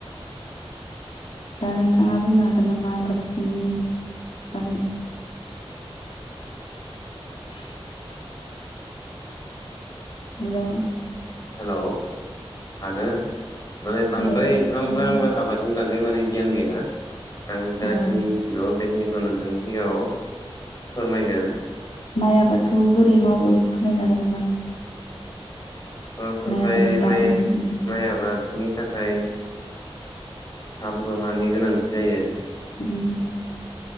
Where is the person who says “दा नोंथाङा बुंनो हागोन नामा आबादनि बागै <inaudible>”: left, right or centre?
Left